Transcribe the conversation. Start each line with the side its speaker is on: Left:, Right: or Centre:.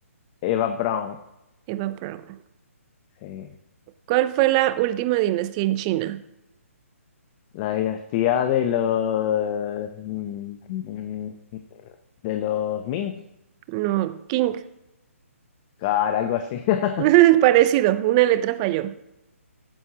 Left: Eva Braun.
Right: Eva Braun.
Left: Sí.
Right: ¿Cuál fue la última dinastía en China?
Left: La dinastía de los, mm, mm, de los Ming,
Right: No, King.
Left: car, algo así. <laughs>
Right: <laughs> Parecido, una letra falló.